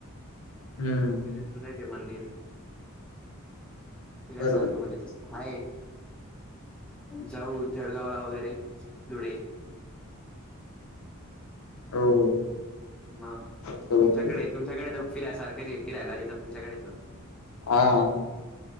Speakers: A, on the left; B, in the centre.
A: हम्म
B: तिथे जुून य ते मंदिर. फिरयसारख
A: बरोबर
B: म्हणजे. हाय जाऊ जळगावला वगैरे धुळे,
A: हो
B: मग
A: बघतो
B: तुमच्याकडे,
A: बघतो
B: तुमच्याकडे फिरायसारखं फिरायला देत तुमच्याकडे तर,
A: हा